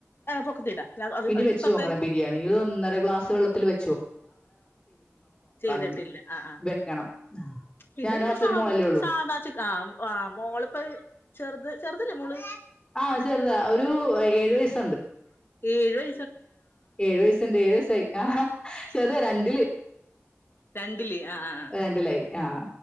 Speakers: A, on the left; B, on the left.
A: പൊക്കത്തി ഇടാം
B: ഇനി
A: അതിന്റെ
B: വെച്ച്ു
A: ഇപ്പറത്തെ
B: നോക്കണം ബിരിയാണി ഇത് ഒന്നര ഗ്ലാസ് വെള്ളത്തിൽ വെ
A: ചെയ്ത്ട്ടില്ല
B: ഇന്ന്
A: ആ ആ
B: വെക്കണം
A: പിന്നെ
B: ഞാനും
A: പിന്നെ
B: ഹസ്ബൻഡ്
A: സാ
B: മോളല്ലേ ഉള്ളൂ
A: സാധാ ആ ആ മോള്പ്പോ ചെർത് ചെർതല്ലേ മോള്
B: ആ ചെർതാ ഒരു ഏഴു വയസ്
A: ഏയ്‌ വയ
B: ഏഴു വയസ്സ്ണ്ട് ഏഴു വയസ്സായി ആ ഹാ ചെറ് രണ്ടില്
A: തൻ <unintelligible> ആ ആ
B: രണ്ടിലായി ആ